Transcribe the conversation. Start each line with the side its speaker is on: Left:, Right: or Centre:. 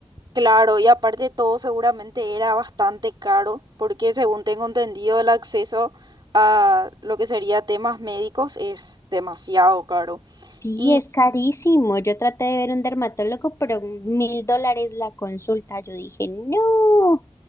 Right: Claro, y aparte todo seguramente era bastante caro, porque según tengo entendido el acceso a lo que sería temas médicos es demasiado caro.
Left: Sí,
Right: ¿Y
Left: es carísimo. Yo traté de ver un dermatólogo, pero mil dólares la consulta. Yo dije, no,